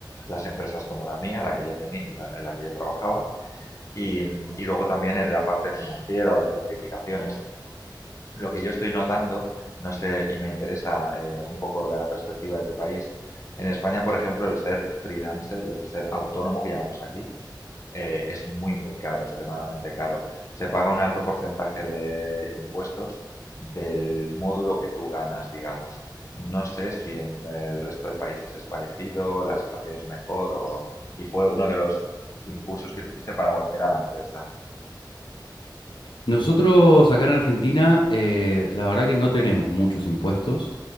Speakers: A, on the left; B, on the left.
A: las empresas como la mía, la que yo tenía, la en la que yo trabajaba y, y luego también en la parte financiera de certificaciones. Lo que yo estoy notando, no sé, y me interesa eh, un poco la perspectiva de tu país, en España, por ejemplo, el ser freelancer, el ser autónomo que llamamos aquí, eh, es muy, muy caro, extremadamente caro. Se paga un alto porcentaje de impuestos del módulo que tú ganas, digamos. No sé si en el resto de países es parecido, la situación es mejor o... y fue uno de los impulsos que tuviste para volver a la empresa.
B: Nosotros acá en Argentina, eh, la verdad que no tenemos muchos impuestos.